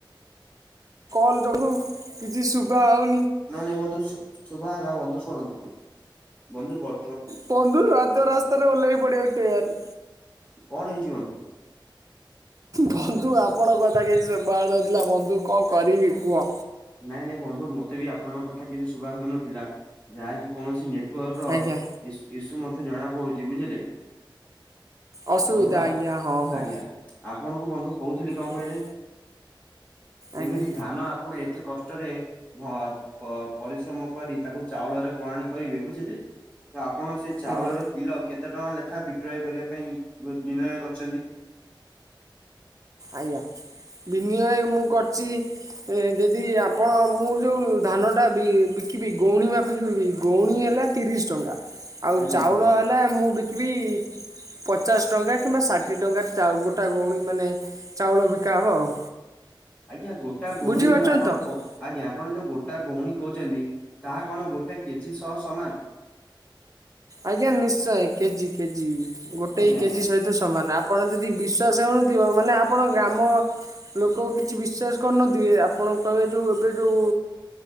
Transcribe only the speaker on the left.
ନାଇ ନାଇ ବନ୍ଧୁ ସେ ବା ହେଲା ବନ୍ଧୁ ଶୁଣନ୍ତୁ ବନ୍ଧୁ ବର୍
କଣ ହେଇଚି ବନ୍ଧୁ?
ନାଇ ନାଇ ବନ୍ଧୁ ମୋତେ ବି ଆପଣଙ୍କ କଥା କିଛି ଶୁଭା ହେଉନଥିଲା ଯାହାକି କୌଣସି ନେଟ୍ ପୁଅ ର
ଇସ୍ ଇସୁ ମଧ୍ୟ ଜଣାପଡୁଚି ବୁଝିଲେ।
ବନ୍ଧୁ ଆପ
ଆଜ୍ଞା ଆପଣଙ୍କୁ ବନ୍ଧୁ କହୁଥିଲି କଣ
କହିଲେ? ଯେମିତି
ଧାନ ଆପଣ ଏତ୍ ଏତେ କଷ୍ଟରେ ଭ ପ ପରିଶ୍ରମ କରି ତାକୁ ଚାଉଳରେ ପଣାଳୀ କରିବେ ବୁଝିଲେ। ତ ଆପଣ ସେ ଚାଉଳର
କିଲ କେତ୍ କେତେ ଟଙ୍କା ଲେଖା ବିକ୍ରୟ କରିବା ପାଇଁ ନି ନି ନିର୍ଣ୍ଣୟ କରିଛନ୍ତି।
ଆଜ୍ଞା
ଆଜ୍ଞା
ଆଜ୍ଞା ଗୋଟା ଗଉଣୀ
ଯୋଉ ଆପଣକ
ଆଜ୍ଞା। ଆପଣ ଯୋଉ ଗୋଟା ଗଉଣୀ କହୁଚନ୍ତି ତାହା କଣ ଗୋଟେ କେଜି ସହ ସମାନ।
ଆଜ୍ଞା
ଆଜ୍ଞା।